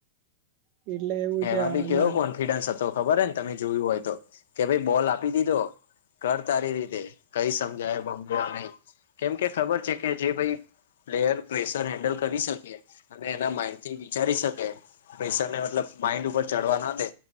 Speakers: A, on the right; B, on the left.
A: એટલે એવું છે
B: એમાં
A: અને
B: ભી કેવો કોન્ફિડન્સ હતો ખબર હે ન તમે જોયું હોય તો કે ભાઈ બોલ આપી દીધો. કર તારી રીતે કઈ સમજાય પણ <unintelligible> નહી કેમ કે ખબર છે કે જે ભાઈ પ્લેયર પ્રેશર હેન્ડલ કરી શકે અને એના માઇન્ડ થી વિચારી શકે. પ્રેશર ને મતલબ માઈન્ડ ઉપર ચડવા ના દે